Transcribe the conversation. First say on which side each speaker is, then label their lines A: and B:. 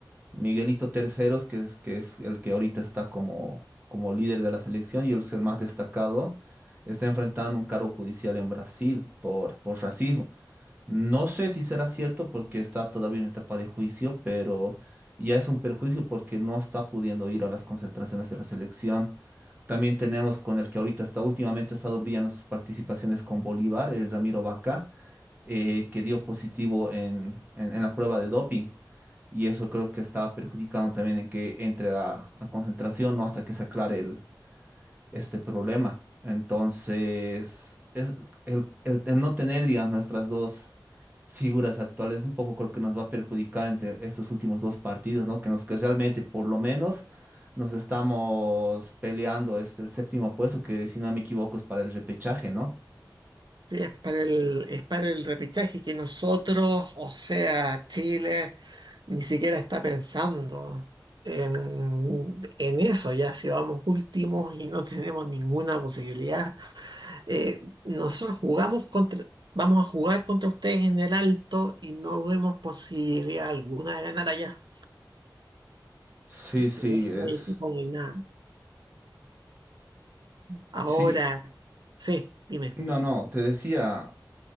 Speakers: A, on the right (about 25°); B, on the right (about 70°).
A: Miguelito Terceros, que es, que es el que ahorita está como, como líder de la selección y el, es el más destacado, está enfrentando un cargo judicial en Brasil por, por racismo. No sé si será cierto porque está todavía en etapa de juicio, pero ya es un perjuicio porque no está pudiendo ir a las concentraciones de la selección. También tenemos con el que ahorita está, últimamente ha estado brillando sus participaciones con Bolívar, es Ramiro Vaca, eh, que dio positivo en, en- en la prueba de doping. Y eso creo que está perjudicando también en que entre a, a concentración, ¿no? Hasta que se aclare el, este problema. Entonces, es el, el te- no tener, digamos, nuestras dos figuras actuales, un poco creo que nos va a perjudicar entre estos últimos dos partidos, ¿no? Que nos que realmente, por lo menos, nos estamos peleando este el séptimo puesto, que si no me equivoco es para el repechaje, ¿no?
B: Sí, es para el, es para el repechaje que nosotros, o sea, Chile, ni siquiera está pensando en, en eso, ya si vamos últimos y no tenemos ninguna posibilidad. Eh, nosotros jugamos contra, vamos a jugar contra ustedes en el alto y no vemos posibilidad alguna de ganar allá.
A: Sí,
B: Es que
A: sí, es.
B: no hay equipo, no hay nada. Ahora,
A: Sí,
B: sí, dime,
A: no, no, te decía,